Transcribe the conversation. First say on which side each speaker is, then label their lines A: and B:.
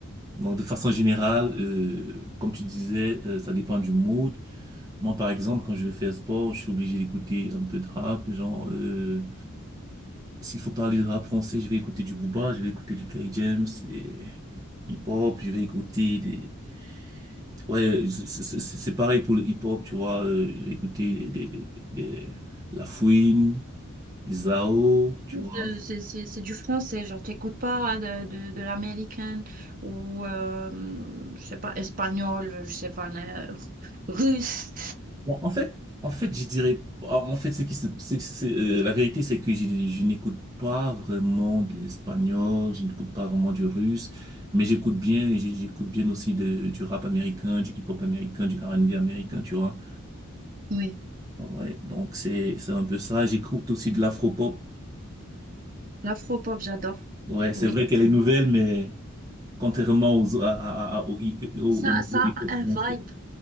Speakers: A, on the right; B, on the right.
A: Donc, de façon générale, euh, comme tu disais, euh, ça dépend du mood. Moi, par exemple, quand je vais faire sport, je suis obligé d'écouter un peu de rap. Genre, euh, s'il faut parler de rap français, je vais écouter du Booba, je vais écouter du Kerry James et hip-hop, je vais écouter des, Ouais, c'est c'est- c'est pareil pour le hip-hop, tu vois. euh, J'ai écouté des, des, des, des- La Fouine, des Zao, tu
B: Euh,
A: vois.
B: C'est c'est- c'est du français, genre t'écoutes pas de, de, de l'américaine ou euh, je sais pas, espagnol, je sais pas, né- russe.
A: Bon, en fait, en fait, je dirais, en fait, ce qui se, c'est- c'est- euh, la vérité, c'est que je, je n'écoute pas vraiment de l'espagnol, je n'écoute pas vraiment du russe, mais j'écoute bien, et j'ai- j'écoute bien aussi de, du rap américain, du hip-hop américain, du R&B américain, tu vois.
B: Oui,
A: Ouais, donc c'est, c'est un peu ça. J'écoute aussi de l'afro-pop.
B: l'afro-pop, j'adore.
A: Ouais, c'est
B: Oui.
A: vrai qu'elle est nouvelle, mais contrairement aux, à- à- à- au, au-
B: Ça,
A: au niveau
B: ça
A: hip-hop
B: a un
A: français.
B: vibe.